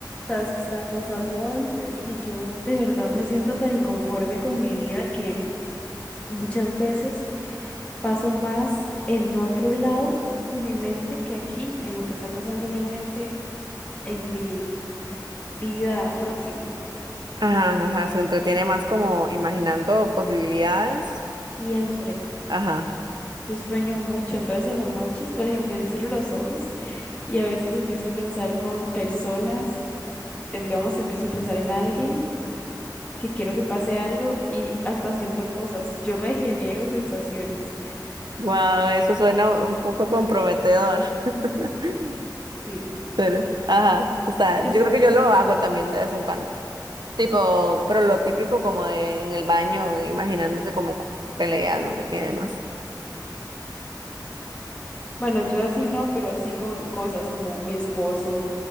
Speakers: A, on the left; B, on the right.
A: Sabes que estaba pensando antes que yo de verdad me siento tan inconforme con mi vida que muchas veces paso más en otro lado con mi mente que aquí, en lo que está pasando realmente en mi vida próxima.
B: Ajá, ajá, se entretiene más como imaginando posibilidades.
A: Siempre.
B: Ajá.
A: Yo sueño mucho, entonces en las noches, por ejemplo, yo cierro los ojos y a veces empiezo a pensar con personas, eh, digamos, empiezo a pensar en alguien que quiero que pase algo y hasta siento cosas. Yo me genero sensaciones.
B: Wow, eso suena un poco comprometedor. <laughs>
A: Sí.
B: Pero, ajá, o sea,
A: Entonces,
B: yo creo que yo lo hago también de vez en cuando. Tipo, pero lo típico como de en el baño, imaginándose como peleas, no sé qué demás.
A: bueno, yo así no, pero sí con cosas como mi esposo